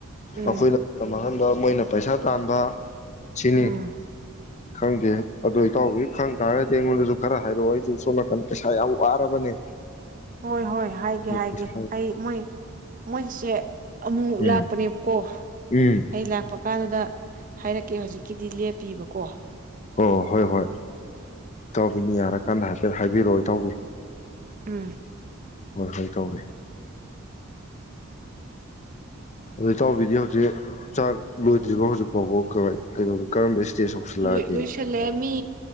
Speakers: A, on the right (about 40°); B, on the left (about 35°).
A: ꯎꯝ
B: ꯑꯈꯣꯏꯅ ꯇꯝ ꯃꯥꯡꯍꯟ ꯑ ꯃꯣꯏꯅ ꯄꯩꯁꯥ ꯇꯥꯟꯕ ꯁꯤꯅꯤ
A: ꯎꯝ
B: ꯈꯪꯗꯦ ꯑꯗꯣ ꯏꯇꯥꯎꯕꯤ ꯈꯪ ꯇꯥꯔꯒꯗꯤ ꯑꯩꯉꯣꯟꯗꯖꯨ ꯈꯔ ꯍꯥꯏꯔꯛꯑꯣ ꯑꯩꯖꯨ ꯁꯣꯝ ꯅꯥꯀꯟꯗ ꯄꯩꯁꯥ ꯌꯥꯝ ꯋꯥꯔꯕꯅꯦ
A: ꯍꯣꯏ ꯍꯣꯏ ꯍꯥꯏꯒꯦ ꯍꯥꯏ ꯍꯥꯏꯒꯦ
B: ꯄꯩꯁꯥ
A: ꯑꯩ ꯃꯣꯏ ꯃꯣꯏꯒꯤꯁꯦ ꯑꯃꯨꯛ
B: ꯎꯝ
A: ꯂꯥꯛꯄꯅꯦꯕꯀꯣ
B: ꯎꯝ
A: ꯑꯩ ꯂꯥꯛꯄ ꯀꯥꯟꯗꯨꯗ ꯍꯥꯏꯔꯛꯀꯦ ꯍꯧꯖꯤꯛ ꯀꯤꯗꯤ ꯂꯦꯞꯄꯤꯕꯀꯣ
B: ꯑꯣ ꯍꯣꯏ ꯍꯣꯏ ꯏꯇꯥꯎꯕꯤꯅꯤ ꯌꯥꯔ ꯀꯥꯟꯗ ꯍꯥꯏꯐꯦꯠ ꯍꯥꯏꯕꯤꯔꯛꯑꯣ ꯏꯇꯥꯎꯕꯤ
A: ꯎꯝ
B: ꯍꯣꯏ ꯍꯣꯏ ꯇꯧꯒꯦ ꯑꯗꯨ ꯇꯥꯎꯕꯤꯗꯤ ꯍꯧꯖꯤꯛ ꯆꯥꯛ ꯂꯣꯏꯗ꯭ꯔꯤꯔꯤꯕꯣ ꯍꯧꯖꯤꯛ ꯐꯥꯎꯕ ꯀꯧ ꯀꯔꯝꯕ ꯏꯁꯇꯦꯖ ꯌꯧꯁꯤꯜꯂꯛꯑꯒꯦ
A: ꯂ ꯂꯣꯏꯁꯜꯂꯦ ꯃꯤ